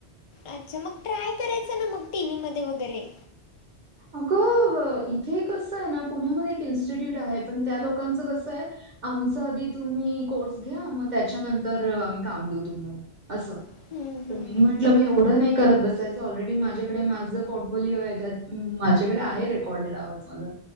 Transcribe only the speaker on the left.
अच्छा मग ट्राय करायचं ना मग टीव्ही मध्ये वगैरे.
हम्म,
हम्म,
हम्म,
हम्म.